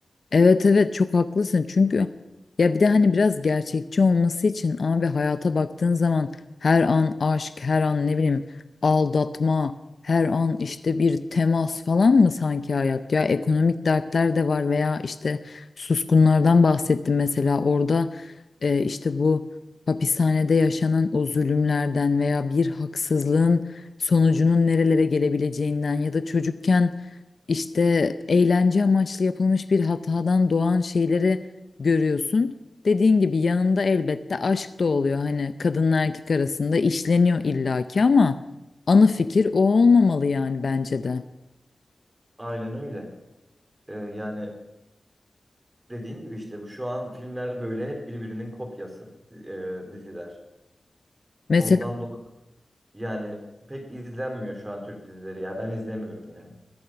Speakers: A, on the left (about 55°); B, on the right (about 25°).
A: Evet evet çok haklısın çünkü ya bir de hani biraz gerçekçi olması için abi hayata baktığın zaman her an aşk, her an ne bileyim aldatma, her an işte bir temas falan mı sanki hayat ya ekonomik dertler de var veya işte suskunlardan bahsettim mesela orada e, işte bu hapishanede yaşanan o zulümlerden veya bir haksızlığın sonucunun nerelere gelebileceğinden ya da çocukken işte eğlence amaçlı yapılmış bir hatadan doğan şeyleri görüyorsun. Dediğin gibi yanında elbette aşk da oluyor. Hani kadınla erkek arasında işleniyor illaki ama ana fikir o olmamalı yani bence de.
B: Aynen öyle. Ee, yani dediğin gibi işte bu şu an filmler böyle hep birbirinin kopyası e, diziler.
A: Mesela
B: Ondan dolayı yani pek izlenmiyor şu an Türk dizileri ya ben izlemiyorum yani.